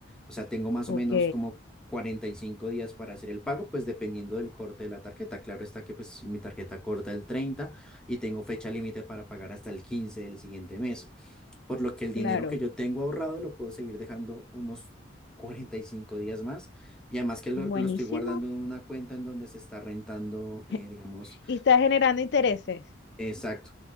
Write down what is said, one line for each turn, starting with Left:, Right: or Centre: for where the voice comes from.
Centre: O sea, tengo más
Left: Ok,
Centre: o menos como 45 días para hacer el pago, pues dependiendo del corte de la tarjeta. Claro está que pues mi tarjeta corta el 30 y tengo fecha límite para pagar hasta el 15 del siguiente mes. Por lo que el
Left: claro,
Centre: dinero que yo tengo ahorrado lo puedo seguir dejando unos 45 días más. Y además que lo,
Left: buenísimo.
Centre: lo estoy guardando en una cuenta en donde se está rentando, eh,
Left: <laughs>
Centre: digamos
Left: Y estás generando intereses.
Centre: Exacto.